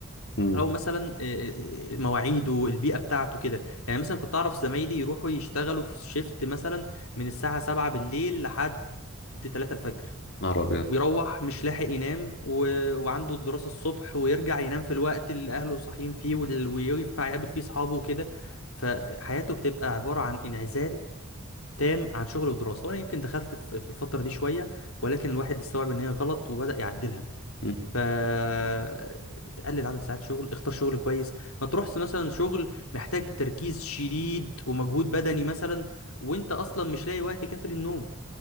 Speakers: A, on the left; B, on the left.
A: امم
B: او مثلا آه، آه، مواعيده البيئه بتاعته كده يعني مثلا كنت اعرف زمايلي يروحوا يشتغلوا في شيفت مثلا من الساعه 7 بالليل لحد 3 الفجر
A: نهار ابيض
B: ويروح مش لاحق ينام و... وعنده الدراسه الصبح ويرجع ينام في الوقت اللي اهله صاحيين فيه وال... وينفع يقابل فيه اصحابه وكده فحياته بتبقى عباره عن انعزال تام عن شغل ودراسه وانا يمكن دخلت في في الفتره دي شويه ولكن الواحد استوعب ان هي غلط وبدا يعدلها
A: مم.
B: فتقلل عدد ساعات شغل اختار شغل كويس ما تروحش مثلا شغل محتاج تركيز شديد ومجهود بدني مثلا وانت اصلا مش لاقي وقت كافي للنوم